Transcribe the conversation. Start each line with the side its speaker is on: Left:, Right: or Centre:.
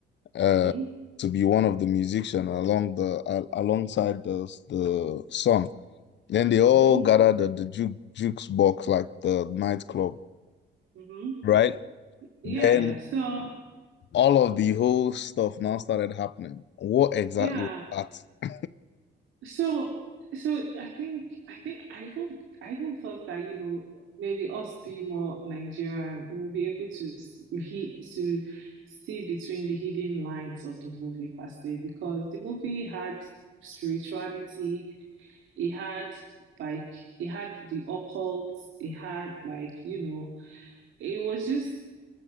Left: uh,
Right: hmm
Left: to be one of the musicians along the al alongside the the song. Then they all
Right: hmm
Left: gathered at the juke jukes box, like the nightclub
Right: hmm
Left: right?
Right: Yeah,
Left: Then
Right: so
Left: all of the whole stuff now started happening. What exactly
Right: yeah.
Left: was that?
Right: So so I think I think I even I even thought that, you know, maybe us being more Nigerian, we'll be able to s- he to see between the hidden lines of the movie per se, because the movie had spirituality, it had like it had the occult, it had like, you know, It was just,